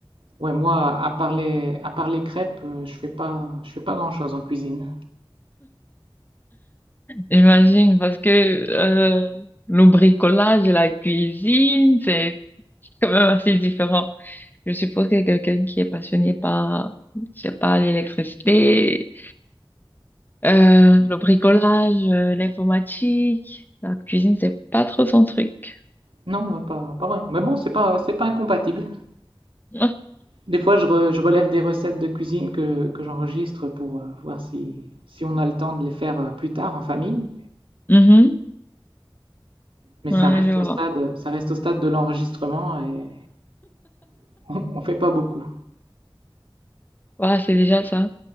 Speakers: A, on the right; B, on the left.
A: Ouais, moi, à part les, à part les crêpes, euh, je fais pas, je fais pas grand-chose en cuisine.
B: J'imagine parce que euh, le bricolage et la cuisine, c'est quand même assez différent. Je suppose que quelqu'un qui est passionné par, je sais pas, l'électricité, euh, le bricolage, euh, l'informatique, la cuisine, c'est pas trop son truc.
A: Non, euh, pas, pas vrai. Mais bon, c'est pas, c'est pas incompatible.
B: Mm.
A: Des fois, je, re- je relève des recettes de cuisine que, que j'enregistre pour euh, voir si, si on a le temps de les faire euh, plus tard en famille.
B: Mhm.
A: Mais ça
B: Ouais,
A: reste
B: je vois.
A: au stade, ça reste au stade de l'enregistrement et <laughs> on, on fait pas beaucoup.
B: Ouais, c'est déjà ça.